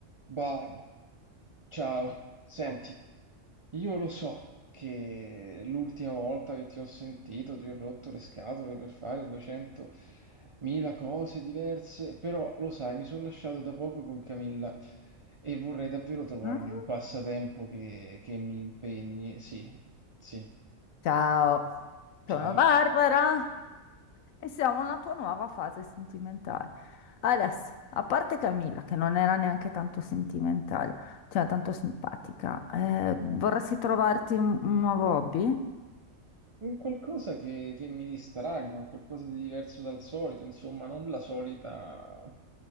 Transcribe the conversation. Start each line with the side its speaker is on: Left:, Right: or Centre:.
Right: Barb, ciao. Senti, io lo so che l'ultima volta che ti ho sentito ti ho rotto le scatole per fare 200.000 cose diverse, però lo sai, mi sono lasciato da poco con Camilla e vorrei davvero trovarmi
Left: Ah.
Right: un passatempo che, che mi impegni. Sì, sì,
Left: Ciao, sono
Right: ciao.
Left: Barbara e siamo alla tua nuova fase sentimentale. Adesso, a parte Camilla, che non era neanche tanto sentimentale, cioè tanto simpatica, eh, vorresti trovarti un, un nuovo hobby?
Right: Un qualcosa che, che mi distragga, un qualcosa di diverso dal solito, insomma, non la solita